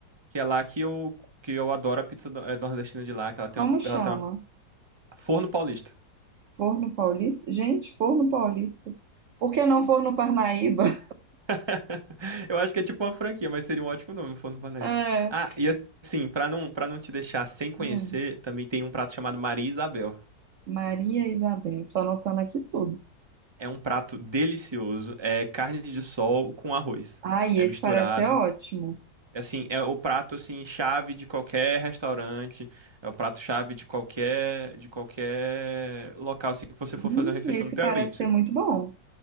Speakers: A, on the right (about 15°); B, on the right (about 55°).
A: Que é lá que eu, que eu adoro a pizza do- eh, nordestina de lá, que ela tem
B: Como
A: uma,
B: chama?
A: ela tem uma Forno Paulista.
B: Forno Paulista? Gente, Forno Paulista. Por que não Forno Parnaíba? <laughs>
A: <laughs> Eu acho que é tipo uma franquia, mas seria um ótimo nome, Forno Paulista.
B: É.
A: Ah, e assim, pra não, para não te deixar sem conhecer,
B: Hum,
A: também tem um prato chamado Maria Isabel.
B: Maria Isabel. Tô anotando aqui tudo.
A: É um prato delicioso, é carne de sol com arroz.
B: Ai,
A: É
B: esse
A: misturado.
B: parece ser ótimo.
A: É Assim, é o prato assim chave de qualquer restaurante, é o prato chave de qualquer de qualquer local assim que você for
B: Hum,
A: fazer uma refeição
B: esse
A: no Piauí.
B: parece ser muito bom.